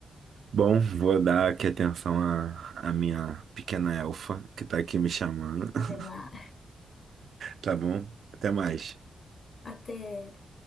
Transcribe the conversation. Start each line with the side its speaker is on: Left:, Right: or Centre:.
Right: Bom, vou dar aqui atenção à, à minha pequena elfa, que tá aqui me chamando.
Left: Vai
Right: <laughs>
Left: lá.
Right: Tá bom? Até mais.
Left: Até.